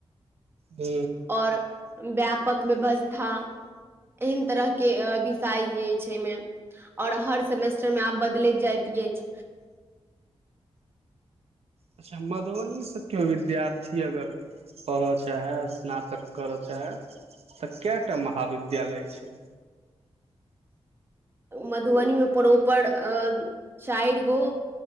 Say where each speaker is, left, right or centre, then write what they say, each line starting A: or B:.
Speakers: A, on the right; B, on the right.
A: हू
B: और व्यापक व्यवस्था एहन तरह के बि आ और हर सेमेस्टर मे आब बदल जाइत अछि
A: अच्छा मधुबनी से ओ न क्यों विद्यार्थी अगर पढ़य चाहय स्नातक करय चाहैए तऽ क्या टा महाविद्यालय छै
B: मधुबनी में प्रॉपर पर अ चाइर गो